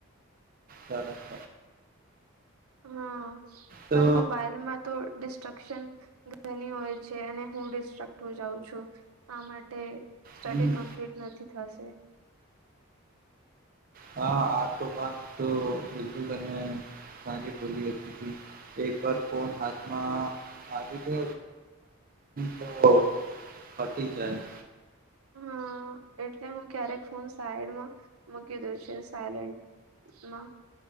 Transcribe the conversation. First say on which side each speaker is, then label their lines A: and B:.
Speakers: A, on the right; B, on the right.
A: હા
B: હા
A: તો
B: પણ મોબાઈલમાં તો ડિસ્ટ્રક્શન ઘણી હોય છે, અને હું ડિસ્ટ્રક્ટ હો જાઉ છું આ માટે સ્ટડી
A: હમ
B: કમ્પ્લીટ નથી થશે
A: હા આતો વાત તો બિલકુલ અને બોલી હતી એક વાર ફોન હાથમાં તો તો પટી જાય
B: હા, એટલે હું ક્યારેક ફોન સાઈડમાં મૂકી દવ છે, સાયલેન્ટ મા